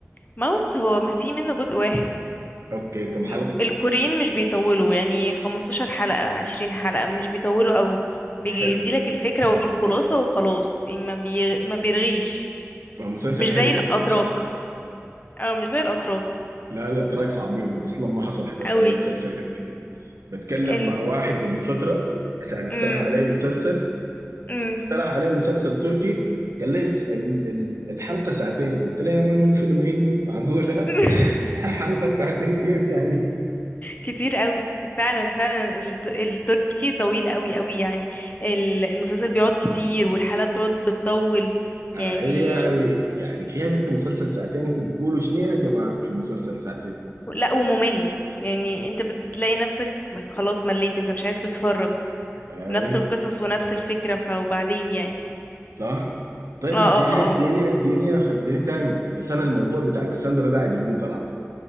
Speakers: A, on the left; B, on the right.
A: ماوس هو في منه جزء واحد
B: اوكي كم حلقه
A: م- الكوريين مش بيطولوا يعني 15 حلقة 20 حلقة مش بيطولوا قوي بيجي
B: حلو
A: يديلك الفكرة والخلاصة وخلاص يعني ما بي... ما بيرغيش
B: فمسلسل
A: مش
B: حلو
A: زي
B: يعني
A: الأتراك
B: انت شايفه
A: اه مش زي الأتراك
B: لا لا تراك صعبين اصلا ما حصل حضرت
A: قوي
B: له مسلسل قبل كده بتكلم
A: ال
B: مع واحد قبل فتره عشان اقترح
A: مم.
B: عليه مسلسل
A: مم.
B: اقترح علي مسلسل تركي قال لي الس- ال- ال- الحلقة ساعتين قلت له يا مان هو فيلم هندي معقولة
A: <laughs>
B: <laughs> حلقة ساعتين كيف يعني
A: كتير قوي فعلا فعلا الت- التركي طويل قوي قوي يعني ال- المسلسل بيقعد كتير والحلقة بتقعد بتطول
B: آه
A: يعني
B: إيه يعني يعني كيف انت مسلسل ساعتين انتوا بتقولوا شنو يا جماعة في مسلسل ساعتين
A: لا وممل يعني انت بتلاقي نفسك خلاص مليت انت مش عايز تتفرج
B: اي
A: نفس القصص ونفس الفكرة فوبعدين يعني
B: صح طيب
A: اه اه
B: اديني اديني
A: اه
B: اديني يا اخي اديني تاني بس انا الموضوع بتاع كاساندرا ده عجبني صراحة